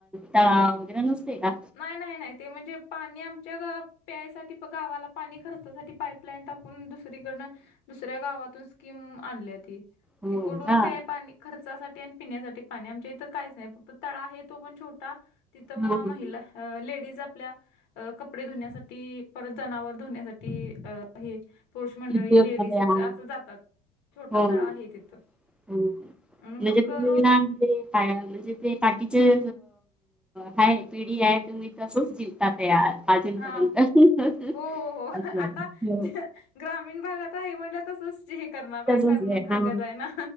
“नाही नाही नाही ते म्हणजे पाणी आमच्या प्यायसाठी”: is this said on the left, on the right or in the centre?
Left